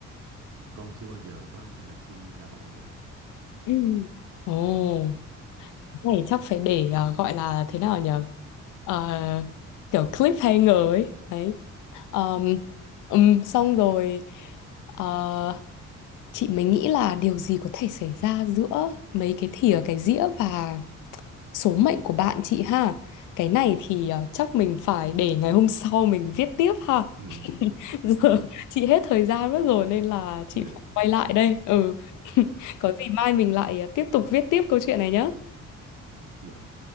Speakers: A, on the right (about 80°); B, on the left (about 80°).
A: con chưa bao giờ có ai tên là Chi là bạn cả
B: Ừ. ồ này chắc phải để ờ, gọi là thế nào nhở Ờ, kiểu cliffhanger ấy đấy Ờm, ừm, xong rồi ờ, chị mới nghĩ là điều gì có thể xảy ra giữa mấy cái thìa cái dĩa và số mệnh của bạn chị ha cái này thì ờ, chắc mình phải để ngày hôm sau mình viết tiếp ha
A: ừ,
B: <laughs> giờ
A: đó,
B: chị hết thời gian mất rồi nên là chị
A: ừ,
B: phải quay lại đây ừ <laughs> có gì mai mình lại ờ, tiếp tục viết tiếp câu chuyện này nhá
A: Ừ.